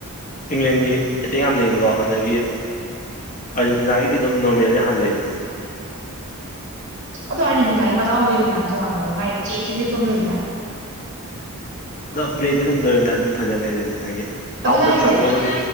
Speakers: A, on the left; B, on the right.
A: ꯏꯪꯂꯦꯟꯒꯤ ꯑꯇꯦꯛ ꯌꯥꯝ ꯂꯤꯡꯉꯤꯀꯣ ꯑꯗꯒꯤ ꯑꯥꯔꯖꯦꯟꯇꯤꯅꯥꯒꯤꯗꯤ ꯑꯗꯨꯝ ꯅꯣꯔꯃꯦꯜꯅꯦ ꯍꯥꯟꯅ ꯂꯩꯔꯤꯗꯣ
B: ꯑꯗꯣ ꯑꯥꯔꯖꯦꯟꯇꯤꯅꯥꯒꯤ ꯃꯗꯥꯎ ꯑꯃ ꯂꯩꯕꯅꯦꯕ ꯇꯣꯉꯥꯟꯕ ꯑꯃ ꯃꯥꯏ ꯖꯤ ꯖꯤ ꯂꯤꯠꯄ ꯑꯃ ꯂꯩꯕꯅꯦꯕ
A: ꯑꯗꯣ ꯄ꯭ꯂꯦꯗꯤ ꯑꯗꯨꯝ ꯂꯣꯏꯔꯝꯗꯥꯏ ꯗꯗꯤ ꯐꯖꯕꯅꯦ ꯑꯦꯖꯦꯟꯇꯤꯅꯥꯒꯤ ꯊꯥꯎꯗ
B: ꯑꯗꯨꯅꯦ ꯍꯥꯏꯁꯦ
A: ꯊꯥꯅꯤꯡꯉꯕꯨꯗꯤ